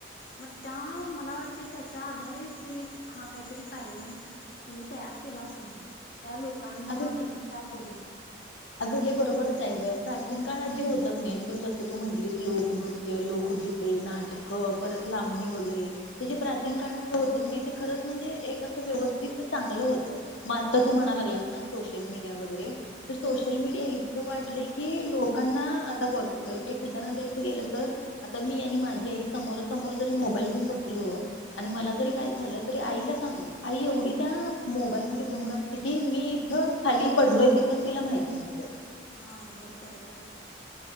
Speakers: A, on the left; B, on the left.
A: मग त्या मला वाटते त्याच्या आधारेच हे हा काहीतरी कार्यक्रम त्यांनी तयार केला असणार आहे त्या लोकांचा
B: अजून
A: प्रतिसाद बघून
B: अगं हे बरोबरच आहे ग प्राचीन काळात जे होतक नाही तू जसं तू म्हंटलीस लोकनृत्य लोकगीते नाटकं परत लावणी वगैरे हे जे प्राचीन काळातलं होतं नाही ते खरंच म्हणजे एक असं व्यवस्थित चांगलं होतं मग आता तू म्हणा लागला ना सोशल मीडिया वगैरे सोशल
A: हा
B: मीडिया इतकं वाढलं म्ह की लोकांना आता बघ एक उदाहरण द्यायच गेलं तर आता मी आणि माझी आई समोरा समोर जरी मोबाईल घेऊन बसलो आणि मला जरी काय झालं तरी आईला आई एवढी त्या मोबाईल मध्ये गुंग असते की मी ह खाली पडलोय ते पण तिला माहिती नसते
A: हा बरोबर आहे बरोबर आहे